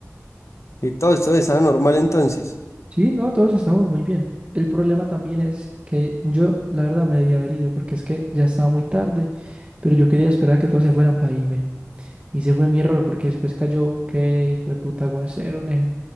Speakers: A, on the left; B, on the right.
A: Y todo esto estaba normal entonces.
B: Sí, no, todos estamos muy bien. El problema también es que yo, la verdad, me debía haber ido porque es que ya estaba muy tarde, pero yo quería esperar a que todos se fueran para irme. Y ese fue mi error porque después cayó, qué hijo de puta aguacero, nea.